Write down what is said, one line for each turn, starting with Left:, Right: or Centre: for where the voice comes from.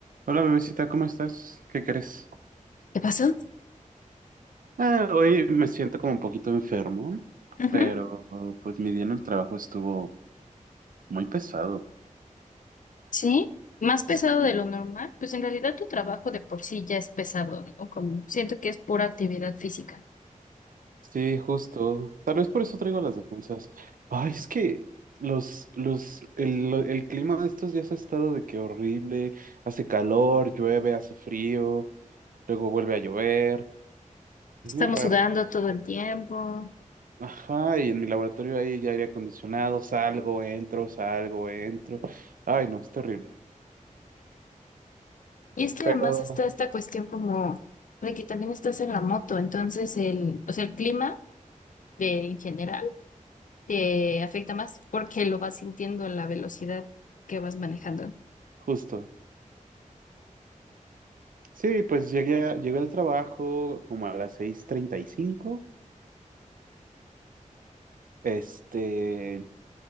Right: Hola bebecita, ¿cómo estás? ¿Qué crees?
Left: ¿Qué pasó?
Right: Ah, hoy me siento como un poquito enfermo,
Left: Ujú,
Right: pero pues mi día en el trabajo estuvo muy pesado.
Left: Sí, más pesado
Right: Sí.
Left: de lo normal, pues en realidad tu trabajo de por sí ya es pesado, o como siento que es pura actividad física.
Right: Sí, justo. Tal vez por eso traigo las defensas. Ay, es que los, los, el, lo- el clima de estos días ha estado de que horrible. Hace calor, llueve, hace frío, luego vuelve a llover.
Left: Estamos
Right: Es muy raro.
Left: sudando todo el tiempo.
Right: Ajá, y en mi laboratorio hay aire acondicionado, salgo, entro, salgo, entro. Ay, no, es terrible.
Left: Y es que
Right: Pero
Left: además está esta cuestión como de que también estás en la moto, entonces el, o sea, el clima de, en general te afecta más porque lo vas sintiendo en la velocidad que vas manejando.
Right: justo. Sí, pues llegué, a- llegué al trabajo como a las seis treinta y cinco Este,